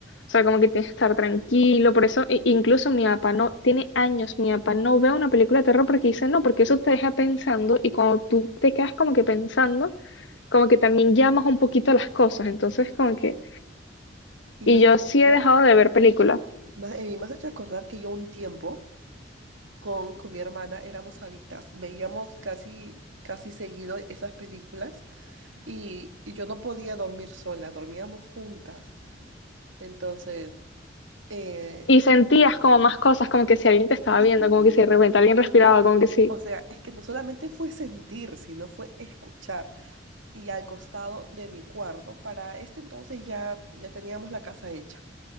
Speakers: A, on the left; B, on the right.
A: o sea, como que tienes que estar tranquilo, por eso, e- incluso mi papá no, tiene años, mi papá no ve una película de terror porque dice no, porque eso te deja pensando y cuando tú te quedas como que pensando, como que también llamas un poquito a las cosas, entonces como
B: también.
A: que...
B: Y
A: Y
B: me has
A: yo
B: hecho
A: sí
B: acordar,
A: he dejado de ver películas.
B: me- has- eh, me has hecho acordar que yo un tiempo con, con mi hermana éramos adictas, veíamos casi, casi seguido esas películas y, y yo no podía dormir sola, dormíamos juntas. Entonces, eh,
A: Y sentías como más cosas, como que si alguien te estaba
B: y-
A: viendo, como que si de repente alguien respiraba, como que sí.
B: o sea, es que no solamente fue sentir, sino fue escuchar. y al costado de mi cuarto. Para este entonces ya, ya teníamos la casa hecha.